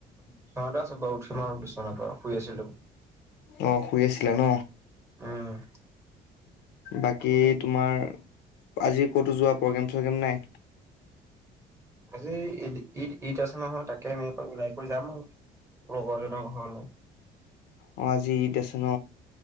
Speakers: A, on the right (about 15°); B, on the left (about 75°).
A: বিশ্বনাতে আছো বাৰু উঠিম আৰু বিশ্বনাৰ পৰা শুই আছিলোঁ
B: অ শুই আছিলা ন
A: উম
B: বাকী
A: আপুনি
B: তোমাৰ আজি ক'তো যোৱা প্ৰগ্ৰেম থু গেম নাই
A: আজি ঈদ ঈদ ঈদ আছে নহয় তাকে আমি এপ ওলাই কৈ যাম আৰু লগৰ এজন ঘৰলে
B: অ আজি ইদ আছে ন